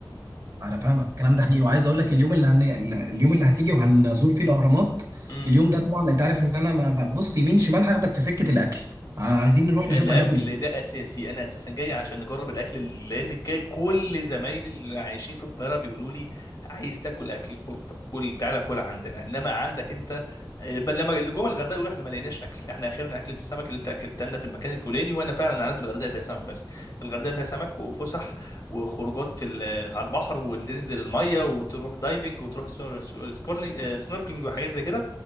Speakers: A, on the right; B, on the left.
A: انا فاهمك الكلام ده حقيقي وعايز اقول لك اليوم اللي هن... اليوم اللي هتيجي وهنزور فيه الاهرامات
B: فاهم
A: اليوم ده طبعا انت عارف ان انا ما ببص يمين شمال هاخدك في سكه الاكل عايزين نروح
B: الاكل
A: نشوف هناكل ايه
B: ده اساسي انا اساسا جاي عشان نجرب الاكل اللي- لان كا- كل زمايلي اللي عايشين في القاهره بيقولوا لي عايز تاكل اكل خد- كل تعالى كل عندنا انما عندك انت بل لما اللي جم الغردقه يقولوا احنا ما لقيناش اكل احنا اخرنا اكله السمك اللي انت اكلتها لنا في المكان الفلاني وانا فعلا عارف الغردقه فيها سمك بس الغردقه فيها سمك وفسح وخروجات في ال- على البحر وننزل الميه وتروح دايفنج وتروح سنور- سنوركلينج آه، سنوركلينج وحاجات زي كده